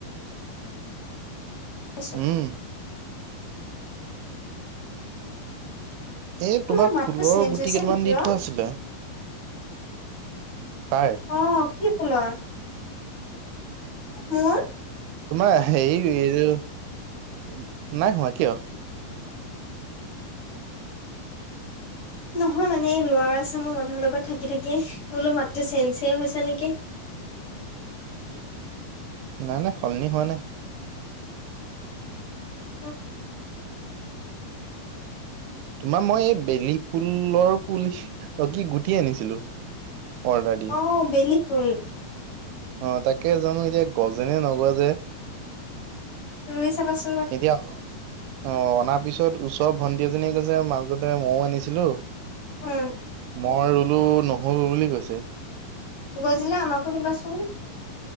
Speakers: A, on the left; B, on the right.
A: আচ্ছা।
B: উম এ
A: মোৰ
B: তোমাৰ
A: মাতটো
B: ফুলৰ
A: চেঞ্জ
B: গুটি
A: হৈছে
B: কেইটামান
A: নেকি
B: দি
A: অ'?
B: থোৱা আছিলে। কাৰ।
A: অ কি ফুলৰ, মোৰ
B: তোমাৰ হেৰি এই যে, নাই হোৱা কিয়?
A: নহয় মানে এই ল'ৰা আছে মোৰ মানুহৰ লগত থাকি থাকি, মই বোলো মাতটো চেঞ চে হৈছে নেকি।
B: নাই নাই সলনি হোৱা নাই।
A: <unintelligible>
B: তোমাৰ মই এই বেলি ফুলৰ পুলি, অ কি গুটি আনিছিলো। অৰ্ডাৰ দি
A: অ বেলি ফুল।
B: অ তাকে জানো এতিয়া গজেনে নগজে।
A: ৰুই চাবা চোন।
B: এতিয়া, অ অনাৰ পিছত ওচৰৰ ভণ্টি এজনীয়ে কৈছে মাজতে মইয়ও আনিছিলো।
A: উম,
B: মই ৰুলো নহল বুলি কৈছে।
A: গজিলে আমাকো দিবাচোন।